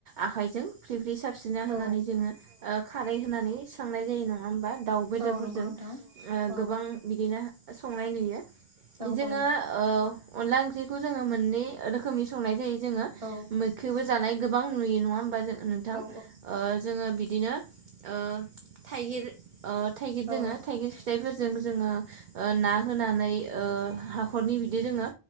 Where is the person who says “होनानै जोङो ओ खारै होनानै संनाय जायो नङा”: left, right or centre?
Right